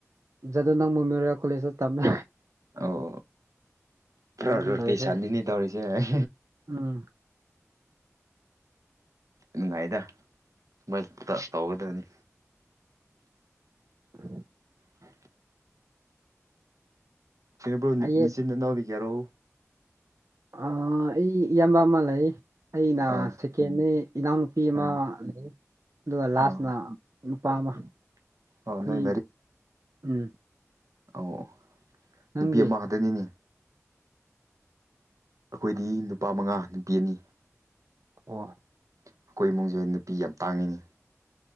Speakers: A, on the right; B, on the right.
A: ꯖꯗꯣ ꯅꯪ ꯃꯦꯃꯣꯔꯤꯌꯦꯜ ꯀꯣꯂꯦꯖꯇ ꯇꯝꯃꯦ
B: ꯑꯣ ꯄꯨꯔꯥ
A: ꯑꯗꯨꯗ
B: ꯔꯣꯔꯗꯤꯁꯥꯟꯅꯤꯅꯤ
A: ꯂꯣꯏꯈ꯭ꯔꯦ
B: ꯗꯧꯔꯁꯦ ꯍꯝ
A: ꯎꯝ
B: ꯅꯨꯡꯉꯥꯏꯗ ꯁꯨꯃꯥꯏ ꯇꯧꯒꯗꯕꯅꯤ
A: ꯎ
B: ꯍ ꯄ꯭ꯔꯣ
A: ꯑꯥꯏ
B: ꯅꯆꯤꯟ
A: ꯑꯦꯁ
B: ꯏꯅꯥꯎꯗꯤ ꯀꯌꯥꯔꯣ
A: ꯑꯩ ꯏꯌꯥꯝꯕ ꯑꯃ ꯂꯩ ꯑꯩꯅ
B: ꯑꯥ
A: ꯁꯦꯀꯦꯟꯅꯦ ꯏꯅꯥꯎ ꯅꯨꯨꯄꯤ ꯑꯃ
B: ꯑꯥ
A: ꯂꯩ ꯑꯗꯨꯒ ꯂꯥꯁꯅ
B: ꯑꯥ
A: ꯅꯨꯄꯥ ꯑꯃ ꯑꯩꯈꯣꯏ
B: ꯑꯣ ꯅꯣꯏ
A: ꯎꯝ
B: ꯑꯧ
A: ꯅꯪꯗꯤ
B: ꯅꯨꯄꯤ ꯑꯃ ꯈꯥꯛꯇꯅꯤꯅꯦ ꯑꯩꯈꯣꯏꯗꯤ ꯅꯨꯄꯥ ꯃꯉꯥ ꯅꯨꯄꯤ ꯑꯅꯤ
A: ꯑꯣ
B: ꯑꯩꯈꯣꯏ ꯏꯃꯨꯡꯁꯦ ꯅꯨꯄꯤ ꯌꯥꯝ ꯇꯥꯡꯉꯤꯅꯦ